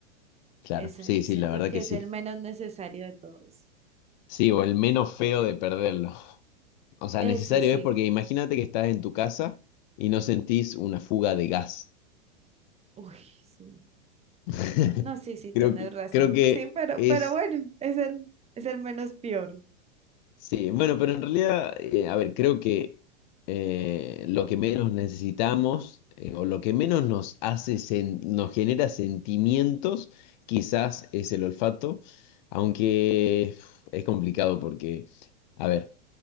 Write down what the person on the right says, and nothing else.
Ese,
siento
que
es el menos necesario de todos.
Eso
sí.
Uy, sí.
No, sí, sí,
tienes
razón.
Sí, pero,
pero bueno, es el, es el menos peor.